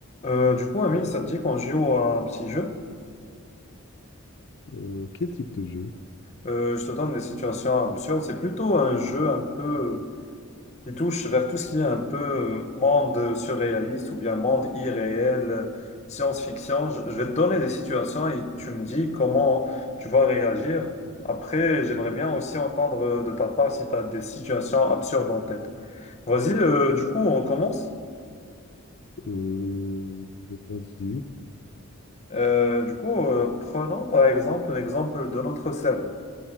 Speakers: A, on the left; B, on the left.
A: Euh, du coup, Amine, ça te dit qu'on joue à un petit jeu?
B: Euh, quel type de jeu?
A: Euh, je te donne des situations absurdes. C'est plutôt un jeu un peu qui touche vers tout ce qui est un peu euh, monde surréaliste ou bien monde irréel, euh, science-fiction. Je, je vais te donner des situations et tu me dis comment tu vas réagir. Après, j'aimerais bien aussi entendre euh, de ta part si tu as des situations absurdes en tête. Vas-y, euh, du coup, on commence.
B: Euh, j'ai pas dit.
A: Euh, du coup, euh, prenons par exemple l'exemple de notre cerveau.